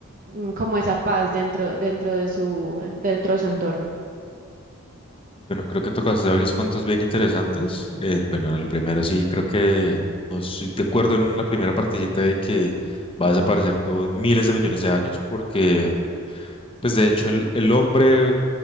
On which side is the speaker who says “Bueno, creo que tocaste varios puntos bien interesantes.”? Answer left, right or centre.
Left